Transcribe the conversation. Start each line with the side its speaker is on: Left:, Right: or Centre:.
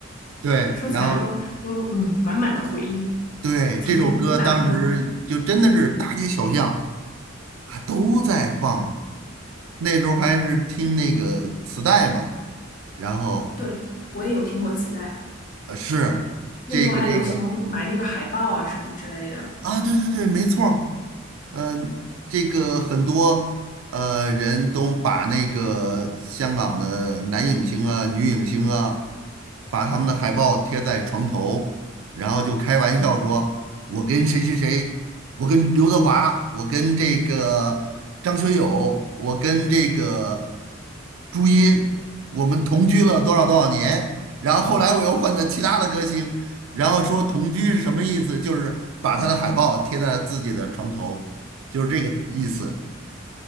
Right: 对，
Left: 说起来都都嗯满满的回忆，
Right: 然后对这首歌当时就真的是大街小巷
Left: 曾经的四大天王，
Right: 啊都在放，那时候还是听那个磁带嘛，然后
Left: 对，我也有听过磁带，
Right: 呃是这个这个。
Left: 那时候还流行买那个海报啊什么之类的。
Right: 啊，对对对，没错儿。嗯、这个很多呃人都把那个香港的男影星啊、女影星啊，把他们的海报贴在床头，然后就开玩笑说：“我跟谁谁谁，我跟刘德华，我跟这个张学友，我跟这个朱茵，我们同居了多少多少年。”然后后来我又换了其他的歌星，然后说同居是什么意思？就是把他的海报贴在自己的床头，就是这个意思。